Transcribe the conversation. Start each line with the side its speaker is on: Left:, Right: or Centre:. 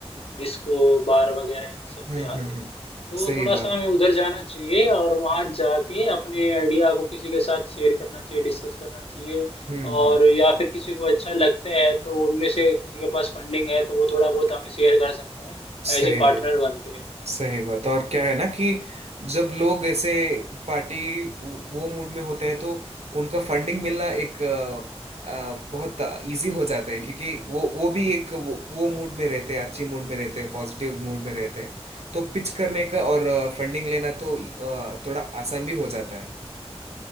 Left: डिस्को बार वगैरह इन
Right: हम्म
Left: सब पे
Right: हम्म
Left: आते हैं
Right: हम्म
Left: तो
Right: सही
Left: थोड़ा सा
Right: बात
Left: हमें उधर जाना चाहिए और वहाँ जाके अपने आइडिया को किसी के साथ शेयर करना चाहिए डिस्कस करना चाहिए
Right: हम्म
Left: और
Right: हम्म
Left: या फिर किसी को अच्छा लगता है तो उनमें से किसी के पास फंडिंग है तो वो थोड़ा बहुत हमें शेयर कर सकता है
Right: सही
Left: एज ए पार्टनर
Right: बात
Left: बन के
Right: सही बात और क्या है ना कि जब लोग ऐसे पार्टी वो मूड में होते हैं तो उनका फंडिंग मिलना एक अ, अ, बहुत इजी हो जाता है क्योंकि वो वो भी एक वो, वो मूड में रहते हैं अच्छी मूड में रहते हैं पॉजिटिव मूड में रहते हैं तो पिच करने का और फंडिंग लेना तो अ, थोड़ा आसान भी हो जाता है